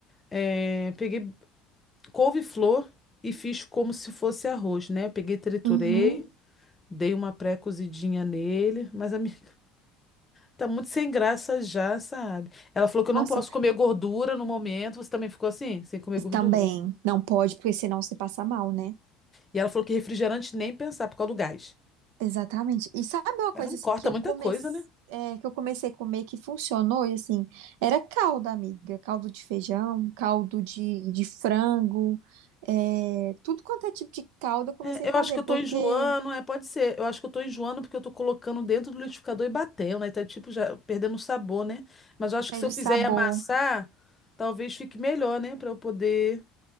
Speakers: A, on the left; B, on the right.
A: É, peguei couve-flor e fiz como se fosse arroz, né? Eu peguei, triturei,
B: Uhum.
A: dei uma pré-cozidinha nele, mas a minha Tá muito sem graça já, sabe? Ela falou que eu
B: Nossa,
A: não posso comer gordura no momento. Você também ficou assim, sem comer gordura?
B: também não pode, porque senão você passa mal, né?
A: E ela falou que refrigerante nem pensar por causa do gás.
B: Exatamente. E sabe uma
A: Ela
B: coisa
A: não
B: assim
A: corta
B: que eu
A: muita
B: comecei,
A: coisa, né?
B: que eu comecei a comer que funcionou e assim, era caldo, amiga, caldo de feijão, caldo de, de frango, é, tudo quanto é tipo de caldo eu comecei
A: É,
B: a
A: eu
B: fazer
A: acho que eu
B: porque
A: tô enjoando, é, pode ser. Eu acho que eu tô enjoando porque eu tô colocando dentro do liquidificador e batendo, né? Tá tipo já perdendo o sabor, né? Mas eu acho
B: perde
A: que se eu fizer
B: o sabor.
A: e amassar, talvez fique melhor, né? Pra eu poder